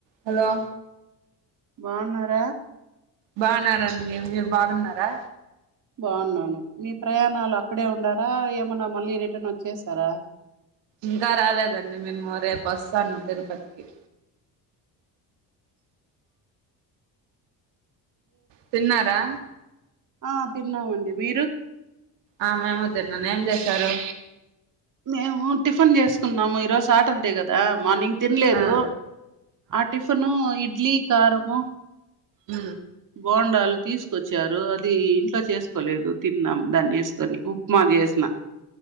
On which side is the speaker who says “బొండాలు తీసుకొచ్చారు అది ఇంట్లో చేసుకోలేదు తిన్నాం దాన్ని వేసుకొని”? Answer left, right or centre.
Right